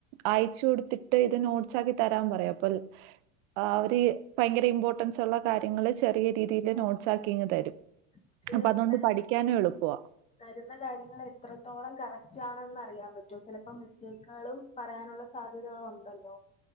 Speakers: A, on the right; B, on the left.
A: അയച്ച് കൊടുത്തിട്ട് ഇത് നോട്സാക്കി തരാൻ പറയാ അപ്പൊ ആഹ് അവര് ഭയങ്കര ഇമ്പോർട്ടൻ്റ് സുള്ള കാര്യങ്ങള് ചെറിയ രീതിൽ നോട്ട്സ് ആക്കിങ് തരും
B: അവര്
A: അപ്പൊ അതൊണ്ട്
B: ത
A: പഠിക്കാനും എളുപ്പാ
B: തരുന്ന കാര്യങ്ങൾ എത്രത്തോളം കറക്റ്റ് ആണെന്ന് അറിയാൻ പറ്റും ചിലപ്പോ മിസ്റ്റേകുകളും പറയാനുള്ള സാധ്യതകളുണ്ടല്ലോ